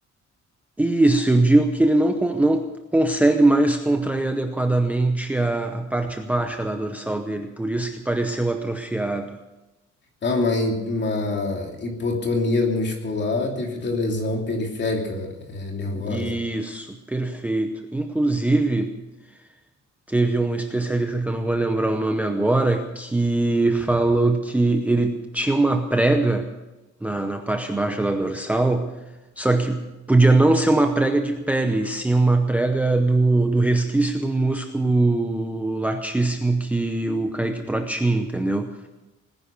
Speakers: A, in the centre; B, on the left.
A: Isso, eu digo que ele não, con- não consegue mais contrair adequadamente a, a parte baixa da dorsal dele, por isso que pareceu atrofiado.
B: Ah, uma, hi- uma hipotonia muscular devido à lesão periférica eh, nervosa.
A: Isso, perfeito. Inclusive. Teve um especialista que eu não vou lembrar o nome agora, que falou que ele tinha uma prega na, na parte baixa da dorsal, só que podia não ser uma prega de pele, e sim uma prega do, do resquício do músculo latíssimo que o Kaique Pro tinha, entendeu?